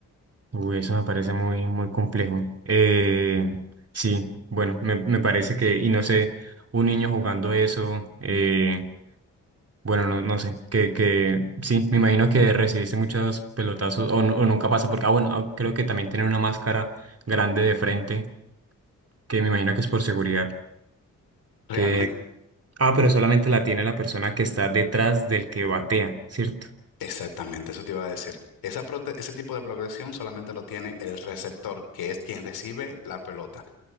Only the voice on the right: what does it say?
Uy, eso me parece muy, muy complejo. Eh, sí, bueno, me, me parece que, y no sé, un niño jugando eso. eh, Bueno, no, no sé, que, que sí, me imagino que recibiste muchos pelotazos o, no- o nunca pasa porque, ah, bueno, ah, creo que también tienen una máscara grande de frente, que me imagino que es por seguridad,
que, ah, pero solamente la tiene la persona que está detrás del que batea, ¿cierto?